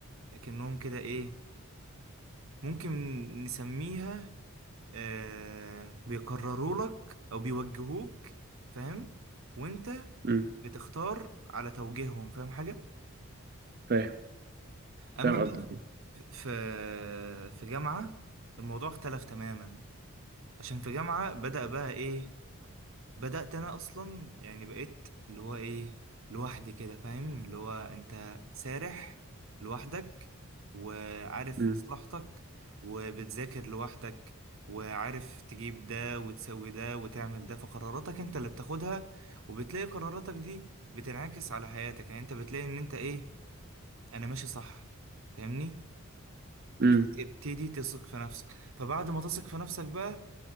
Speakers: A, on the right; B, on the right.
A: كأنهم كده ايه ممكن نسميها آه بيقرروا لك او بيوجهوك فاهم وانت
B: امم
A: بتختار على توجيههم فاهم حاجة
B: فاهم
A: اما
B: فاهم
A: بقى
B: قصدك
A: في في جامعة الموضوع اختلف تماما عشان في جامعة بدأ بقى ايه بدأت أنا أصلا يعني بقيت اللي هو إيه لوحدي كده فاهم اللي هو أنت سارح لوحدك وعارف
B: امم
A: مصلحتك وبتذاكر لوحدك وعارف تجيب ده وتسوي ده وتعمل ده فقراراتك أنت اللي بتاخدها وبتلاقي قراراتك دي بتنعكس على حياتك يعني أنت بتلاقي إن أنت إيه أنا ماشي صح فاهمني
B: امم
A: تبتدي تثق في نفسك فبعد ما تثق في نفسك بقى